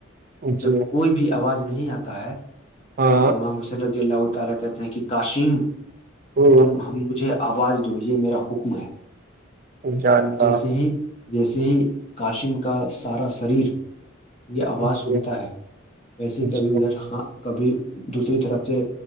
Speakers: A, on the right; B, on the left.
A: ہے
B: جب
A: جی
B: کوئی بھی آواز نہیں آتا ہے
A: ہاں
B: تب امامسلیضی تعالا کہتے ہیں کہ کاشم
A: ہ
B: تم ہم مجھے آواز دو یہ میرا حکم ہے
A: جاننا
B: جیسے ہی جیسے ہی کاشم کا سارا شریر یہ آواز
A: جی
B: سنتا ہے ویسے
A: جی
B: کبھی ادھر کبھی دوسری طرف سے